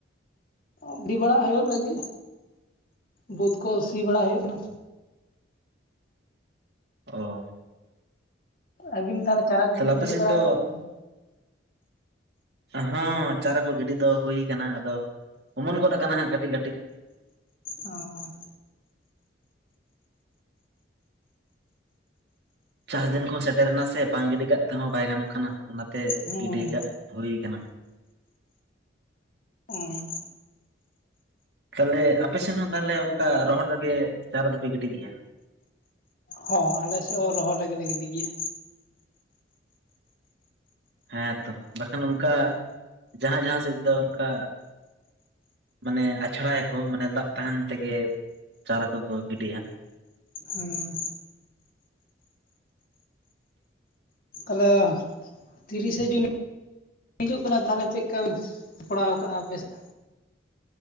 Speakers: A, on the left (about 50°); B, on the right (about 60°).
A: ᱜᱤᱫᱤ ᱵᱟᱲᱟ ᱦᱩᱭᱩᱜ ᱞᱟᱹᱜᱤᱫ ᱵᱟᱹᱫᱽ ᱠᱚ ᱥᱤ ᱵᱟᱲᱟ ᱦᱩᱭᱩᱜ ᱠᱟᱱᱟ᱾
B: ᱚ᱾
A: ᱟᱹᱵᱤᱱ ᱛᱟᱦᱞᱮ ᱪᱟᱨᱟ ᱠᱚᱵᱤᱱ
B: ᱟᱯᱮ
A: ᱜᱤᱰᱤ
B: ᱥᱮᱫ
A: ᱵᱟᱲᱟ
B: ᱫᱚ
A: ᱠᱟᱜ-ᱟ ᱥᱮ ᱵᱟᱝ?
B: ᱦᱚᱸ ᱪᱟᱨᱟ ᱠᱚ ᱜᱤᱰᱤ ᱫᱚ ᱦᱩᱭ ᱠᱟᱱᱟ ᱟᱫᱚ ᱚᱢᱚᱱ ᱜᱚᱫᱽ ᱟᱠᱟᱱᱟ ᱦᱟᱸᱜ ᱠᱟᱹᱴᱤᱡ ᱠᱟᱹᱴᱤᱡ᱾
A: ᱚᱸᱻ
B: ᱪᱟᱥ ᱫᱤᱱ ᱠᱚᱦᱚᱸ ᱥᱮᱴᱮᱨᱮᱱᱟ ᱥᱮ ᱵᱟᱝ ᱜᱤᱰᱤ ᱠᱟᱜ ᱛᱮᱦᱚᱸ ᱵᱟᱭ ᱜᱟᱱᱚᱜ ᱠᱟᱱᱟ ᱚᱱᱟᱛᱮ
A: ᱦᱚᱸ
B: ᱜᱤᱰᱤ ᱠᱟᱜ ᱦᱩᱭ ᱟᱠᱟᱱᱟ᱾
A: ᱚᱸ᱾
B: ᱛᱟᱞᱮ ᱟᱯᱮᱥᱮᱱ ᱦᱚᱸ ᱛᱟᱦᱞᱮ ᱚᱱᱠᱟ ᱨᱚᱦᱚᱲ ᱨᱮᱜᱮ ᱪᱟᱨᱟ ᱫᱚᱯᱮ ᱜᱤᱰᱤ ᱜᱮᱭᱟ᱾
A: ᱦᱚᱸ ᱟᱞᱮ ᱥᱮᱫ ᱦᱚᱸ ᱨᱚᱦᱚᱲ ᱨᱮᱜᱮᱞᱮ ᱜᱤᱰᱤ ᱜᱮᱭᱟ᱾
B: ᱦᱮᱸᱛᱚ ᱵᱟᱠᱷᱟᱱ ᱚᱱᱠᱟ ᱡᱟᱦᱟᱸ ᱡᱟᱦᱟᱸ ᱥᱮᱫ ᱫᱚ ᱚᱝᱠᱟ ᱢᱟᱱᱮ ᱟᱪᱷᱲᱟᱭᱟᱠᱚ ᱢᱟᱱᱮ ᱫᱟᱜ ᱛᱟᱦᱮᱱ ᱛᱮᱜᱮ ᱪᱟᱨᱟ ᱠᱚᱠᱚ ᱜᱤᱰᱤᱭᱟ᱾
A: ᱦᱩᱸ ᱛᱟᱞᱮ ᱛᱤᱨᱤᱥᱮ ᱡᱩᱱ ᱦᱤᱡᱩᱜ ᱠᱟᱱᱟ ᱛᱷᱟᱞᱮ ᱪᱮᱫᱠᱟ ᱵᱤᱱ ᱥᱟᱯᱲᱟᱣ ᱠᱟᱜ-ᱟ ᱟᱯᱮ ᱥᱮᱫ